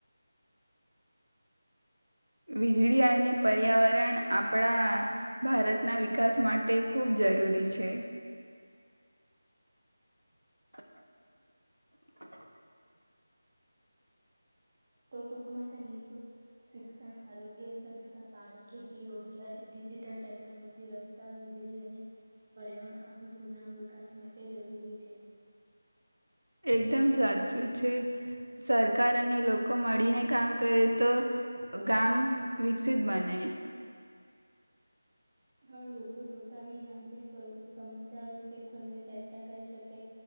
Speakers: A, on the right (about 80°); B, on the right (about 30°).
A: વીજળી અને પર્યાવરણ આપણા ભારતના વિકાસ માટે ખૂબ જરૂરી છે. <inaudible>
B: તો ટૂંકમાં ક શિક્ષણ આરોગ્ય સ્વચ્છતા પાણી ખેતી રોજગારિ ટેકનોલોજી રસ્તા વીજળી અને પર્યાવરણ આ બધું ગ્રામ વિકાસ માટે જરૂરી છે.
A: એકદમ સાચું છે સરકાર અને લોકો મળીને કામ કરે તો ગામ વિકસિત બને.
B: હ લોકો પોતાની ગામની સમસ્યાઓ વિશે ખુલ્લે ચર્ચા કરી શકે